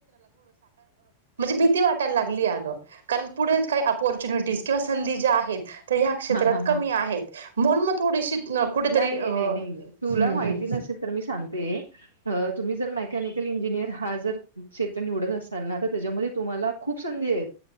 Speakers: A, on the right (about 65°); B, on the right (about 85°).
A: भी वाटयला लागलीण. चुनिटीधी ज्या आहेत केत्रात
B: हा हा हा
A: क आहेत म्ह थ. कुठेतरी
B: नाही
A: अ
B: नाही नाही
A: हम्मम्.
B: नाही नाही तुला माहिती नसेल तर मी सांगते तुम्ही जर मेकॅनिकल इंजिनियर हा जर. क्षेत्र निवडत असताना आता त्याच्यामध्ये तुम्हाला खूप संधी आहेत.